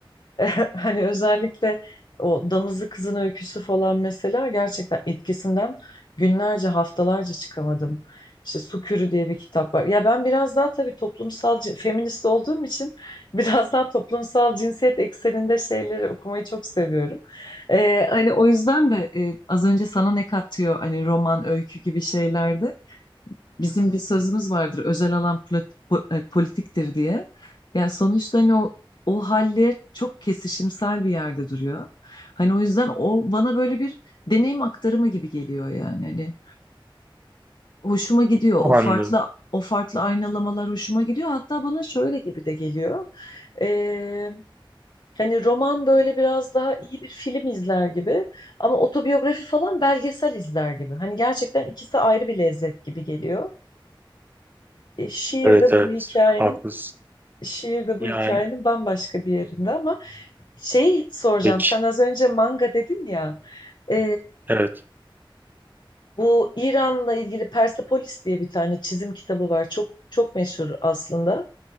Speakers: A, on the left; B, on the right.
A: <laughs> Hani özellikle o Damızlı Kızın Öyküsü falan mesela gerçekten etkisinden günlerce haftalarca çıkamadım. İşte Sukürü diye bir kitap var. Ya ben biraz daha tabii toplumsal cin- feminist olduğum için <laughs> biraz daha toplumsal cinsiyet ekseninde şeyleri okumayı çok seviyorum. Ee, hani o yüzden de e, az önce sana ne katıyor hani roman, öykü gibi şeylerde bizim bir sözümüz vardır özel alan poli- po- e, politiktir diye. Yani sonuçta hani o, o haller çok kesişimsel bir yerde duruyor. Hani o yüzden o bana böyle bir deneyim aktarımı gibi geliyor yani. Hani hoşuma gidiyor
B: Anladım.
A: o farklı o farklı aynalamalar hoşuma gidiyor. Hatta bana şöyle gibi de geliyor. Ee, hani roman böyle biraz daha iyi bir film izler gibi ama otobiyografi falan belgesel izler gibi. Hani gerçekten ikisi ayrı bir lezzet gibi geliyor. E, şiir
B: Evet
A: de
B: evet
A: bu hikayenin
B: haklısın.
A: şiir de
B: Yani
A: bu hikayenin bambaşka bir yerinde ama şeyi soracağım.
B: pek
A: Sen az önce manga dedin ya. e,
B: evet.
A: bu İran'la ilgili Persepolis diye bir tane çizim kitabı var. Çok çok meşhur aslında.